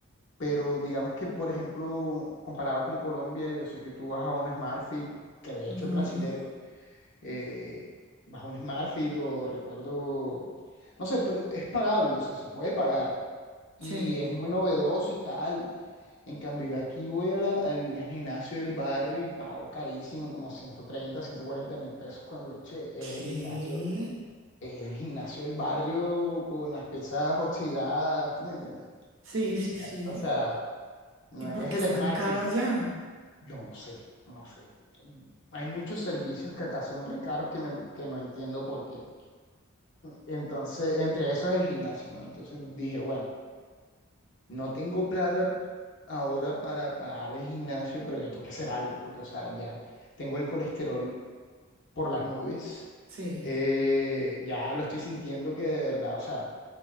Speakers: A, on the left; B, on the right.
A: Pero digamos que, por ejemplo, comparado con Colombia, yo sé que tú vas a un SmartFit, que de
B: Ujú,
A: hecho es brasilero,
B: mm.
A: eh, vas a un SmartFit o recuerdo, no sé, pero es pagable, o sea, se puede pagar. Y
B: Sí.
A: es muy novedoso y tal. En cambio, yo aquí voy a la- al al gimnasio del barrio y pago carísimo, como ciento treinta, ciento cuarenta mil pesos cuando eche
B: ¿Qué?
A: el gimnasio, el gimnasio del barrio con las pesas oxidadas, ¿tú me entiendes?
B: Sí, sí,
A: Ya.
B: sí.
A: O sea, no
B: ¿Y por
A: es
B: qué
A: el
B: es tan
A: SmartFit.
B: cara allá?
A: Yo no sé, no sé. Hay muchos servicios que acá son re caros que, me, que no entiendo por qué. Entonces, entre eso es el gimnasio, ¿no? Entonces dije, bueno. No tengo plata ahora para pagar el gimnasio, pero yo tengo que hacer algo, porque, o sea, ya tengo el colesterol por las nubes.
B: Sí,
A: Eh, ya lo estoy sintiendo que de verdad, o sea,